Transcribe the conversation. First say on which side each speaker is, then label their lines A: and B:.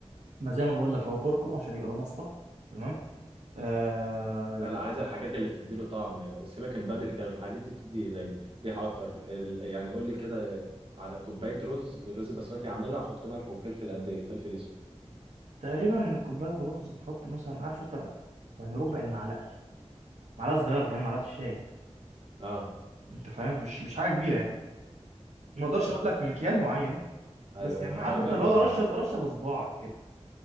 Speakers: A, on the right; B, on the right.
A: ما زي ما بقول لك هو كركم عشان يبقى مصفر تمام آه
B: لا لا عايز الحاجات اللي بتديله طعم سيبك من بابريكا والحاجات دي بتدي زي ريحة اكتر ال- يعني قول لي كده على كوباية رز رز بسمتي عاملها احط ملح وفلفل قد ايه فلفل اسود
A: تقريبا كوبايه رز تحط مثلا عارف انت يعني ربع المعلقه معلقه صغيره كمان معلقه الشاي
B: اه
A: انت فاهم مش مش حاجه كبيره يعني ما اقدرش
B: حلو
A: اقول لك مكيال معين
B: ايوه
A: بس
B: ايوه
A: يعني عارف
B: هبقى اجرب
A: انت اللي هو رشه
B: يعني
A: رشه بصباعك كده